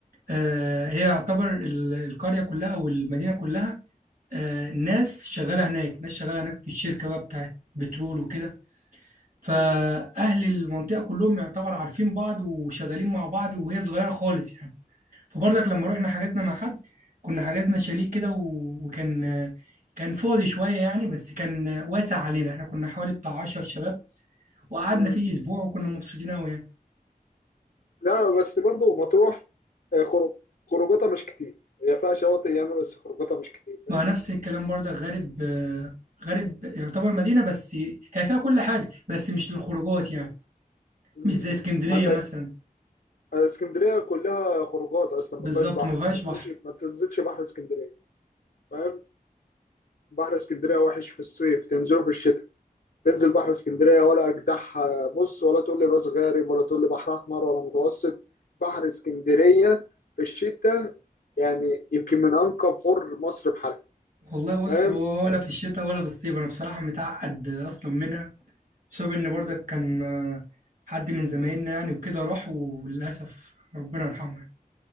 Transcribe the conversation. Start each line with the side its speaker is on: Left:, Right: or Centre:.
Right: آه هي يعتبر ال- القريه كلها او المدينه كلها آه ناس شغاله هناك ناس شغاله هناك في الشركه بقى بتاعت بترول وكده فاهل
Left: مم.
Right: المنطقه كلهم يعتبر عارفين بعض وشغالين مع بعض وهي صغيره خالص يعني فبرضك لما رحنا حجزنا مع حد كنا حجزنا شاليه كده و- وكان كان فاضي شوية يعني بس كان واسع علينا احنا كنا حوالي بتاع 10 شباب وقعدنا
Left: مم.
Right: فيه أسبوع وكنا مبسوطين أوي يعني
Left: لا بس برضه مطروح آه، خروج خروجاتها مش كتير هي فيها شواطئ ياما بس خروجاتها مش كتير فاهم
Right: مع نفس الكلام برضك غارب آه، غارب يعتبر مدينة بس هي فيها كل حاجة بس مش للخروجات يعني
Left: مم.
Right: مش زي اسكندرية
Left: عندك
Right: مثلا
Left: آه، اسكندريه كلها خروجات اصلا
Right: بالظبط
Left: ما فيهاش بحر
Right: ما فيهاش
Left: ما تنزلش
Right: بحر
Left: ما تنزلش بحر اسكندريه فاهم بحر اسكندريه وحش في الصيف تنزله في الشتاء تنزل بحر اسكندريه ولا اجدعها بص ولا تقول لي راس غارب ولا تقول لي بحر احمر ولا متوسط بحر اسكندريه في الشتاء يعني يمكن من انقى بحور مصر بحالها
Right: والله بص
Left: فاهم
Right: ولا في الشتاء ولا في الصيف أنا بصراحة متعقد أصلا منها بسبب ان
Left: مم.
Right: برضك كان آه، حد من زمايلنا يعني وكده راح وللاسف ربنا يرحمه يعني.